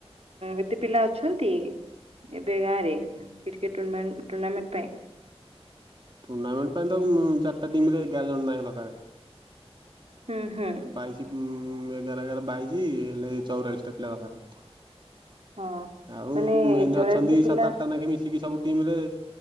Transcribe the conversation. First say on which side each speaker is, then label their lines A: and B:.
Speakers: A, on the right; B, on the right.
A: ଏତେ ପିଲା ଅଛନ୍ତି ଏବେ ଗାଁ ରେ? କ୍ରିକେଟ ଟୁର୍ଣାମେଣ୍ଟ ପାଇଁ।
B: ଟୁର୍ଣ୍ଣାମେଣ୍ଟ ପାଇଁ ତ ଚାରିଟା ଟିମରେ ଏଗାର ଜଣ ହିଁ ଦରକାର।
A: ହୁଁ ହୁଁ।
B: ବାଇଶି ଉ ଏଗାର ଏଗାର ବାଇଶି ହେଲେ ଚଉରାଳିଶ ଟା ପିଲା ଦରକାର।
A: ହଁ
B: ଆଉ
A: ମାନେ
B: ସେମିତି
A: ଚଉରାଶୀ
B: ଅଛନ୍ତି
A: ପିଲା
B: ସାତ ଆଠଟା ଲେଖେ ମିଶିକି ସବୁ ଟିମ ରେ।